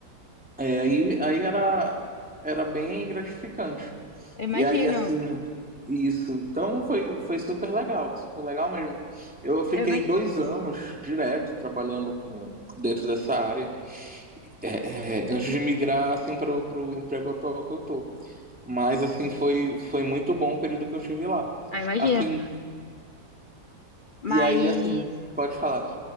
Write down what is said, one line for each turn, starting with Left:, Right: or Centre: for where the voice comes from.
Centre: É, aí, aí era, era bem gratificante.
Left: Eu imagino.
Centre: E aí, assim, isso. Então, foi, foi super legal, super legal mesmo. Eu fiquei
Left: Eu imagino.
Centre: dois anos direto trabalhando com, dentro dessa área. É, é, antes de migrar assim para o emprego atual que eu tô. Mas assim foi foi muito bom o período que eu tive lá.
Left: Ah, imagino.
Centre: Assim,
Left: Mas,
Centre: e aí assim, pode falar.